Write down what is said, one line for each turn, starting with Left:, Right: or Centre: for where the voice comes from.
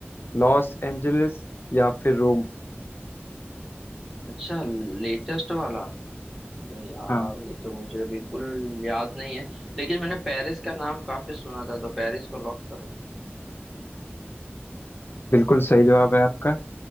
Left: लॉस एंजलिस या फिर रोम
Centre: अच्छा लेटेस्ट वाला अरे यार
Left: हाँ
Centre: ये तो मुझे बिल्कुल याद नहीं है लेकिन मैंने पेरिस का नाम काफी सुना था तो पेरिस को लॉक करो
Left: बिल्कुल सही जवाब है आपका